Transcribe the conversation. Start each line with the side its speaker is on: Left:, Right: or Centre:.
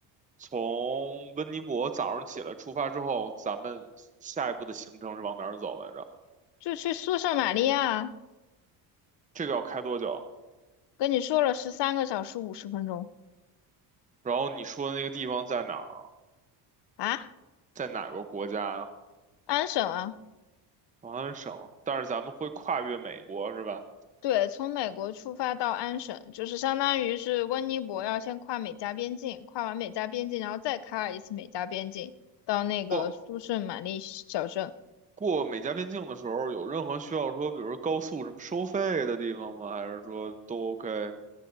Right: 从温尼伯早上起来出发之后，咱们下一步的行程是往哪儿走来着？
Left: 就去苏圣玛利亚，
Right: 这个要开多久？
Left: 跟你说了十三个小时五十分钟
Right: 然后你说的那个地方在哪儿啊？
Left: 啊，
Right: 在哪个国家呀、
Left: 安省啊。
Right: 王安省，但是咱们会跨越美国是吧？
Left: 对，从美国出发到安省，就是相当于是温尼伯要先跨美加边境，跨完美加边境，然后再开一次美加边境，到那个苏圣玛丽小镇。
Right: 过过美加边境的时候，有任何需要说，比如说高速什么收费的地方吗？还是说都 OK？